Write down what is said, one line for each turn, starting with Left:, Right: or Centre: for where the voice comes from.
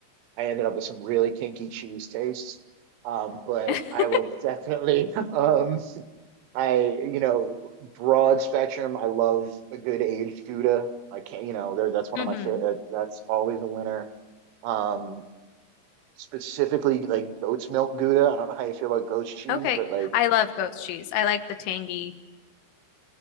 Right: I ended up with some really kinky cheese tastes. Um, but
Left: <laughs>
Right: I will definitely, <laughs> um, I you know, broad spectrum. I love a good aged Gouda. I can't, you know, there that's one
Left: hmm
Right: of my favorite. That's always a winner. Um, specifically like goat's milk Gouda. I don't know how you feel about goat's cheese,
Left: Okay.
Right: but like
Left: I love goat's cheese. I like the tanginess.